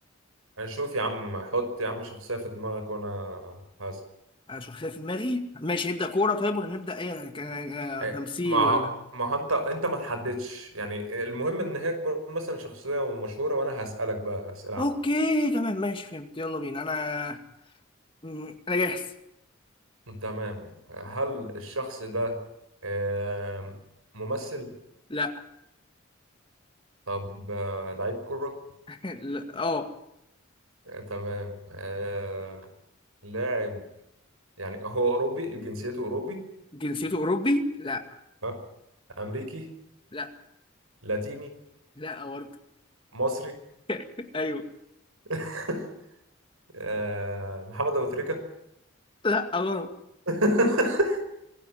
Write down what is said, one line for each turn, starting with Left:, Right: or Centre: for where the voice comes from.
Right: هنشوف يا عم حط يا عم شخصية في دماغك وانا هز
Left: انا شخصيه في دماغي ماشي نبدا كوره طيب ولا نبدا ايه يعني كان آه،
Right: إيه،
Left: تمثيل
Right: ما
Left: ولا
Right: ما هو انت انت ما تحددش يعني المهم ان هي تكون مثلا شخصية مشهورة وانا هسألك بقى أسئلة عامة
Left: اوكي تمام ماشي فهمت يلا بينا انا مم، انا جاهز
Right: تمام هل الشخص ده آم، ممثل
Left: لا
Right: طب آه، لعيب كرة
Left: <laughs> لا اه
Right: آه، تمام آم، لاعب يعني هو أوروبي جنسيته أوروبي
Left: جنسيته اوروبي لا
Right: ها امريكي
Left: لا
Right: لاتيني
Left: لا برضه
Right: مصري
Left: <laughs> ايوه
Right: <laughs> آه، محمد ابو تريكه
Left: لا غلط
Right: <laughs>